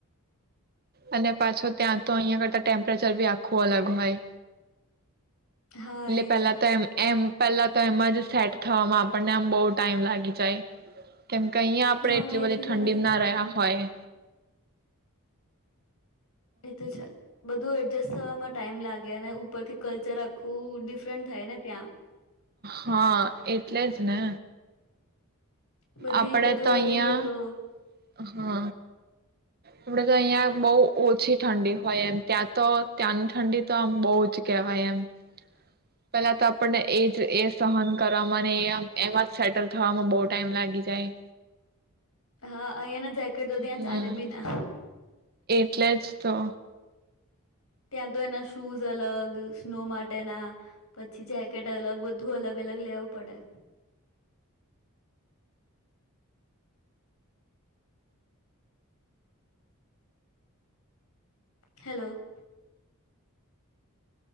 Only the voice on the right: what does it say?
અને પાછો ત્યાં તો અહીંયા કરતાં ટે્પરેચર બી આખું અલગ હોય.
એટલે
પેલા
તો એમ એમ. પેલા તો એમાં જ સેટ થમાં આપણને આમ બહુ ટાઈમ લાગી જાય. કેમ કે અહીં આપડે
એટલી
બધી
ઠંડી
ના રહ્યા
હોય.
હા એટલે જ ને.
આપડે
તો અહિયાં,
હમ આપડે તો અહિયાં બહ ઓછી ઠંડી હોય એમ ત્યાં તો ત્યાંની ઠંડી તો આમ બહુ જ કેહેવાય એમ. પેલા તો આપણને એજ એ સહન કરવામાં એમ એમાં જ સેટલ થવામાં બહુ ટાઈમ લાગી જાય.
હમ
એટલે જ તો.